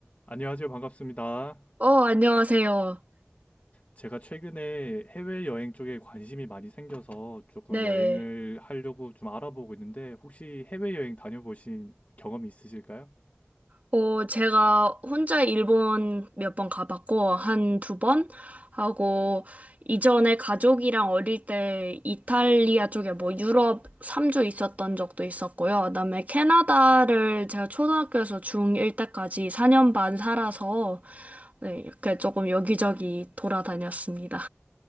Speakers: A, on the left (about 40°); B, on the right (about 35°).
A: 안녕하세요. 반갑습니다.
B: 어, 안녕하세요.
A: 제가 최근에 해외여행 쪽에 관심이 많이 생겨서 조금
B: 네.
A: 여행을 하려고 좀 알아보고 있는데 혹시 해외여행 다녀보신 경험이 있으실까요?
B: 어, 제가 혼자 일본 몇 번 가봤고, 한 두 번 하고, 이전에 가족이랑 어릴 때 이탈리아 쪽에 뭐 유럽 3주 있었던 적도 있었고요. 그다음에 캐나다를 제가 초등학교에서 중1 때까지 4년 반 살아서, 네, 이렇게 조금 여기저기 돌아다녔습니다.